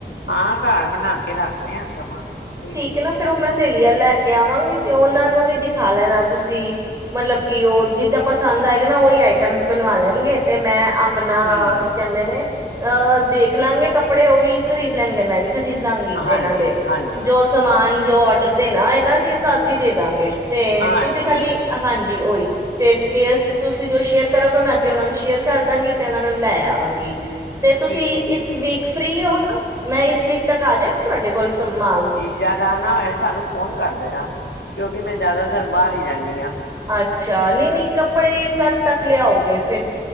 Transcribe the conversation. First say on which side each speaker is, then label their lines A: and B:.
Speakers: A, on the left; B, on the right.
A: ਹਾਂ ਘਰ ਬਣਾ ਕੇ ਰੱਖਦੇ ਆ, ਸਮਾਨ ਕੋਈ। ਵੇਖਦਾ
B: ਕੋਈ ਨਾ, ਫਿਰ ਉਹ ਮੈਂ
A: ਤੇ
B: ਸਹੇਲੀਆਂ ਲੈ ਕੇ ਆਵਾਂਗੀ। ਤੇ ਉਹਨਾਂ ਨੂੰ ਵੀ ਦਿਖਾ ਲੈਣਾ ਤੁਸੀਂ। ਮਤਲਬ ਕੀ, ਉਹ ਜਿਦਾਂ ਪਸੰਦ ਆਏਗਾ ਨਾ, ਉਹੀ ਆਈਟਮਸ ਬਣਵਾ ਲੈਣਗੇ। ਤੇ ਮੈਂ ਆਪ ਆਪਣਾ
A: ਹਮ
B: ਕੀ ਕਹਿੰਦੇ ਨੇ? ਅਹ, ਦੇਖ ਲਵਾਂਗੇ ਕੱਪੜੇ। ਉਹ ਵੀ ਖਰੀਦ ਲੈਣਗੇ, ਮੈਂ ਵੀ। ਖ਼ਰੀਦ ਲਾਂਗੀ ਤੇ
A: ਹਾਂਜੀ
B: ਨਾਲੇ,
A: ਹਾਂਜੀ
B: ਜੋ ਹਾਂਜੀ, ਜੋ ਆਰਡਰ ਦੇਣਾ ਹੋਏਗਾ ਅਸੀਂ ਤਦ ਹੀ ਦੇ ਦਾਂਗੇ। ਤੇ
A: ਹਾਂਜੀ
B: ਤੁਸੀਂ, ਖਾਲੀ ਹਾਂਜੀ। ਜੀ, ਓਹੀ। ਤੇ ਡਿਟੇਲਸ ਤੁਸੀਂ ਜੋ ਸ਼ੇਅਰ ਕਰੋਗੇ, ਮੈਂ ਅੱਗੇ ਉਹਨਾਂ ਨੂੰ ਸ਼ੇਅਰ ਕਰ ਦਾਂਗੀ। ਤੇ ਉਹਨਾਂ ਨੂੰ ਲੈ ਆਵਾਂਗੀ। ਤੇ ਤੁਸੀਂ
A: ਠੀਕ ਹੈ
B: ਇਸ ਵੀਕ ਫ੍ਰੀ ਹੋ ਨਾ, ਮੈਂ ਇਸ ਵੀਕ ਤੱਕ ਆ ਜਾ? ਤੁਹਾਡੇ ਕੋਲ ਸਮਾਲ
A: ਜਦ ਆਨਾ ਹੋਏ, ਸਾਨੂੰ ਫੋਨ ਕਰ ਦੇਣਾ। ਕਿਉਂਕਿ ਮੈਂ ਜ਼ਿਆਦਾਤਰ ਬਾਹਰ ਹੀ ਰਹਿੰਦੀ ਹਾਂ। ਰਹਿੰਦੀ ਹਾਂ।
B: ਅੱਛਾ, ਨਹੀਂ ਨਹੀਂ। ਕੱਪੜੇ ਕਦ ਤੱਕ ਲਿਆਓਗੇ ਫਿਰ?